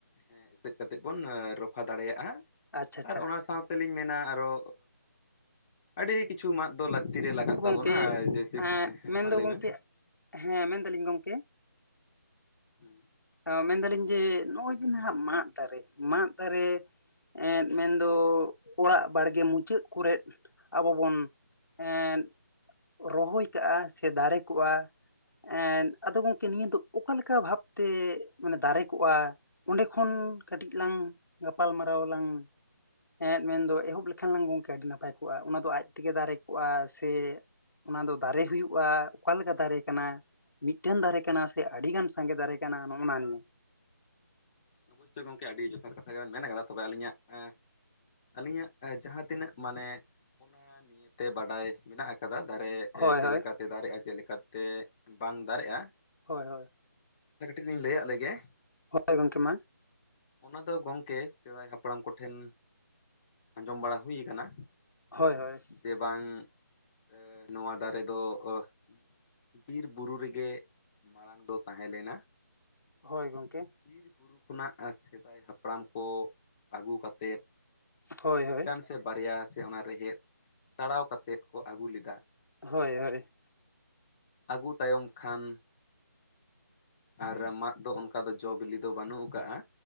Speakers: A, on the left; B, on the left.
A: ᱦᱮᱸ ᱮᱥᱮᱫ ᱠᱟᱛᱮᱫ ᱵᱚᱱ ᱨᱚᱯᱷᱟ ᱫᱟᱲᱮᱭᱟᱜ-ᱟ,
B: ᱟᱪᱪᱷᱟ ᱟᱪᱪᱷᱟ
A: ᱟᱨ ᱚᱱᱟ ᱥᱟᱸᱣᱼᱼ ᱛᱮᱞᱤᱧ ᱢᱮᱱᱟ ᱟᱨᱚ ᱟᱹᱰᱤ ᱠᱤᱪᱷᱩ ᱢᱟᱫ ᱫᱚ ᱞᱟᱠᱼᱼ ᱛᱤ ᱨᱮ ᱞᱟᱜᱟᱜ
B: ᱜᱚᱝᱠᱮ
A: ᱛᱟᱵᱚᱱᱟ ᱟᱨ ᱡᱮᱥᱮ,
B: ᱮᱸ
A: ᱦᱮᱸ
B: ᱢᱮᱱᱫᱚ
A: ᱢᱟ ᱞᱟᱹᱭ
B: ᱜᱚᱝᱠᱮ
A: ᱵᱮᱱᱼᱼ
B: ᱦᱮᱸ ᱢᱮᱱ ᱫᱟᱞᱤᱧ ᱜᱚᱢᱠᱮᱼᱼ
A: ᱦᱩᱸ
B: ᱦᱮᱸ ᱢᱮᱱᱫᱟᱞᱤᱧ ᱡᱮ ᱱᱚᱜᱼᱚᱭ ᱡᱮ ᱦᱟᱸᱜ ᱢᱟᱫ ᱫᱟᱨᱮ ᱢᱟᱸᱫ ᱫᱟᱨᱮ ᱮᱸᱫ ᱢᱮᱱᱫᱚ ᱚᱲᱟᱜ ᱵᱟᱲᱜᱮ ᱢᱩᱪᱟᱹᱫ ᱠᱚᱨᱮᱫ ᱟᱵᱚ ᱵᱚᱱ ᱮᱸᱜ ᱨᱚᱦᱚᱭ ᱠᱟᱜᱼᱟ ᱥᱮ ᱫᱟᱨᱮ ᱠᱚᱜᱼᱟ, ᱮᱸᱱ ᱟᱫᱚ ᱜᱚᱝᱠᱮ ᱱᱤᱭᱟᱹ ᱫᱚ ᱚᱠᱟᱞᱮᱠᱟ ᱵᱷᱟᱵᱛᱮ ᱢᱟᱱᱮ ᱫᱟᱨᱮ ᱠᱚᱜᱼᱟ? ᱚᱸᱰᱮ ᱠᱷᱚᱱ ᱠᱟᱹᱴᱤᱡ ᱞᱟᱝ ᱜᱟᱯᱟᱞᱢᱟᱨᱟᱣ ᱞᱟᱝ ᱮᱸᱫ ᱢᱮᱱᱫᱚ ᱮᱦᱚᱵ ᱞᱮᱠᱷᱟᱱ ᱞᱟᱝ ᱜᱚᱝᱠᱮ ᱟᱹᱰᱤ ᱱᱟᱯᱟᱭ ᱠᱚᱜᱼᱟ, ᱚᱱᱟ ᱫᱚ ᱟᱡ ᱛᱮᱜᱮ ᱫᱟᱨᱮ ᱠᱚᱜᱼᱟ ᱥᱮ ᱚᱱᱟ ᱫᱚ ᱫᱟᱨᱮ ᱦᱩᱭᱩᱜᱼᱟ, ᱚᱠᱟᱞᱮᱠᱟ ᱫᱟᱨᱮ ᱠᱟᱱᱟ ᱢᱤᱫᱴᱮᱱ ᱫᱟᱨᱮ ᱠᱟᱱᱟ ᱥᱮ ᱟᱹᱰᱤ ᱜᱟᱱ ᱥᱟᱸᱜᱮ ᱫᱟᱨᱮ ᱠᱟᱱᱟ ᱱᱚᱜᱼᱱᱟ ᱱᱤᱭᱟᱹ᱾
A: ᱚᱵᱚᱥᱥᱳᱭ ᱜᱚᱝᱠᱮ ᱟᱹᱰᱤ ᱡᱚᱛᱷᱟᱛ ᱠᱟᱛᱷᱟ ᱜᱮᱵᱮᱱ ᱢᱮᱱ ᱠᱟᱫᱟ ᱛᱚᱵᱮ ᱟᱹᱞᱤᱧᱟᱜ ᱮᱸ ᱟᱹᱞᱤᱧᱟᱜ ᱡᱟᱦᱟᱸ ᱛᱤᱱᱟᱹᱜ ᱢᱟᱱᱮ ᱚᱱᱟ ᱱᱤᱭᱮᱛᱮ ᱵᱟᱰᱟᱭ ᱢᱮᱱᱟᱜ ᱠᱟᱫᱟ ᱫᱟᱨᱮ
B: ᱦᱳᱭ
A: ᱪᱮᱫ
B: ᱦᱳᱭ
A: ᱞᱮᱠᱟᱛᱮ ᱫᱟᱨᱮᱜᱼᱟ ᱪᱮᱫ ᱞᱮᱠᱟᱛᱮ ᱵᱟᱝ ᱫᱟᱨᱮᱜᱼᱟ,
B: ᱦᱳᱭ ᱦᱳᱭ᱾
A: ᱟᱸᱰᱮ ᱠᱟᱹᱴᱤᱡ ᱞᱤᱧ ᱞᱟᱹᱭ ᱟᱜ ᱞᱮᱜᱮ,
B: ᱦᱳᱭ ᱜᱚᱢᱠᱮ ᱢᱟ᱾
A: ᱚᱱᱟ ᱫᱚ ᱜᱚᱝᱠᱮ ᱥᱮᱫᱟᱭ ᱦᱟᱯᱲᱟᱢ ᱠᱚᱴᱷᱮᱱ ᱟᱸᱡᱚᱢ ᱵᱟᱲᱟ ᱦᱩᱭ ᱠᱟᱱᱟ
B: ᱦᱳᱭ ᱦᱳᱭ᱾
A: ᱡᱮ ᱵᱟᱝ ᱮ ᱱᱚᱣᱟ ᱫᱟᱨᱮ ᱚᱦ ᱵᱤᱨ ᱵᱩᱨᱩ ᱨᱮᱜᱮ ᱢᱟᱲᱟᱝ ᱫᱚ ᱛᱟᱦᱮᱸ ᱞᱮᱱᱟ,
B: ᱦᱳᱭ ᱜᱚᱝᱠᱮ᱾
A: ᱵᱤᱨ ᱵᱩᱨᱩ ᱠᱷᱚᱱᱟᱜ ᱥᱮᱫᱟᱭ ᱦᱟᱯᱲᱟᱢ ᱠᱚ ᱟᱹᱜᱩ ᱠᱟᱛᱮᱫ
B: ᱦᱳᱭ
A: ᱢᱤᱫᱴᱟᱱ
B: ᱦᱳᱭ
A: ᱥᱮ ᱵᱟᱨᱭᱟ ᱥᱮ ᱚᱱᱟ ᱨᱮᱦᱮᱫ ᱛᱟᱲᱟᱣ ᱠᱟᱛᱮᱫ ᱠᱚ ᱟᱹᱜᱩ ᱞᱮᱫᱟ᱾
B: ᱦᱳᱭ ᱦᱳᱭ᱾
A: ᱟᱹᱜᱩ ᱛᱟᱭᱚᱢ ᱠᱷᱟᱱ ᱟᱨ ᱢᱟᱫ ᱫᱚ ᱚᱱᱠᱟ ᱫᱚ ᱡᱚ ᱵᱤᱞᱤ ᱫᱚ ᱵᱟᱹᱱᱩᱜ ᱠᱟᱟᱜᱼᱟ,